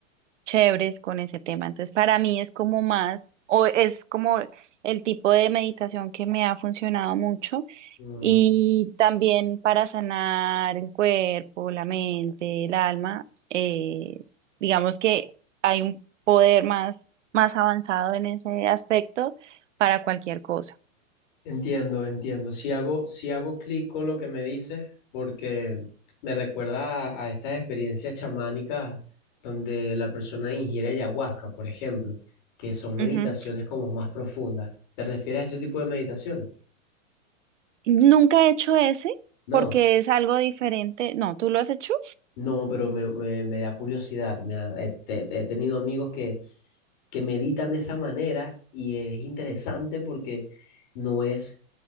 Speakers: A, on the right; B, on the left.
A: chéveres con ese tema. Entonces, para mí es como más, o es como el tipo de meditación que me ha funcionado mucho
B: Mm,
A: y también para sanar el cuerpo, la mente, el alma, eh, digamos que hay un poder más, más avanzado en ese aspecto para cualquier cosa.
B: Entiendo, entiendo. Si hago, si hago clic con lo que me dices, porque me recuerda a, a estas experiencias chamánicas donde la persona ingiere ayahuasca, por ejemplo, que son meditaciones
A: Ujú.
B: como más profundas. ¿Te refieres a ese tipo de meditaciones?
A: Nunca he hecho ese
B: No.
A: porque es algo diferente. No, ¿tú lo has hecho?
B: No, pero me, me- me da curiosidad. me da- he, te- he tenido amigos que, que meditan de esa manera y es interesante porque no es